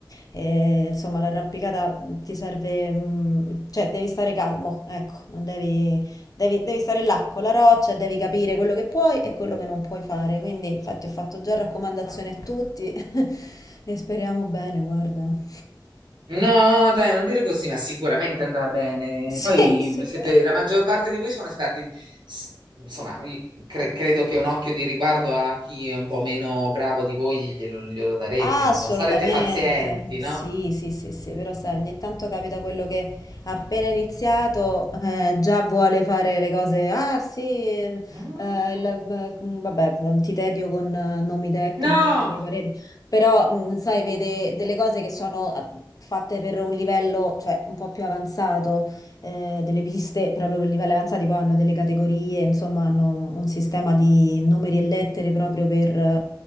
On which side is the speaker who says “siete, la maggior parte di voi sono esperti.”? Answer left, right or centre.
Right